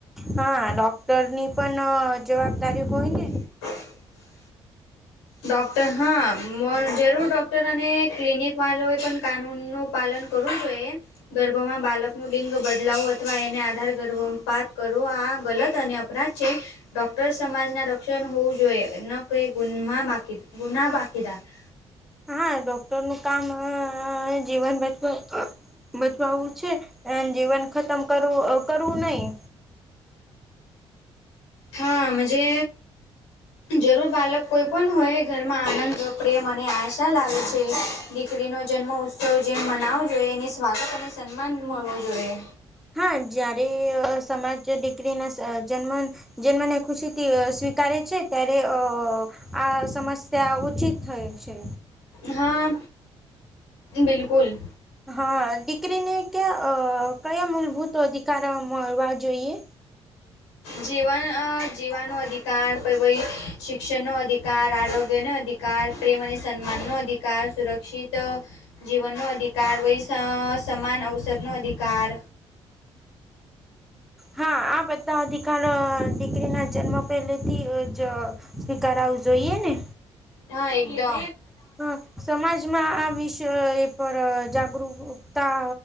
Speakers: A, in the centre; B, on the left.
A: હા ડોક્ટર ની પણ જવાબદારી હોય ને
B: <unintelligible> ડોક્ટર હા જરૂર ડોક્ટર અને ક્લિનિક વાળો એ પણ કાનૂનનું પાલન કરવું જોઈએ. ગર્ભમાં બાળકનું લિંગ બદલાવો અથવા એને આધાર ગર્ભપાત કરવો, આ ગલત અને ડોક્ટર સમાજના રક્ષણ હોવું જોઈએ. એમન <unintelligible>
A: હા, ડોક્ટરનું કામ જીવન બચવા બચવવું છે, એ જીવન ખતમ કરવું કરવું નહી.
B: હા, જે જરૂર બાળક કોઈ પણ હોય, ઘરમાં આનંદ, પ્રેમ અને આશા લાવે છે. દીકરીનો જન્મ ઉત્સવ જેમ મનાવો જોઈએ, એને સ્વાગત અને સન્માન મળવો જોઈએ.
A: હા, જયારે સમાજ દીકરીના જન્મ જે, મને ખુશીથી સ્વીકારે છે, ત્યારે અ આ સમસ્યા ઉચિત થાય છે.
B: હા, બિલકુલ.
A: હા, દીકરીને ક્યાં કયા મૂલભૂત અધિકાર મળવા જોઈએ?
B: જીવન જીવાનો અધિકાર પછી શિક્ષણનો અધિકાર, આરોગ્યનો અધિકાર પ્રેમ અને સન્માનનો અધિકાર, સુરક્ષિત જીવનનો અધિકાર, પછી સમાન અવસરનો અધિકાર
A: હા, આ બધા અધિકાર દીકરીના જન્મ પહેલે થી જ સ્વીકારવું જોઈએ ને?
B: હા, એટલો.
A: હા, સમાજમાં આ વિષય પર જાગૃકતા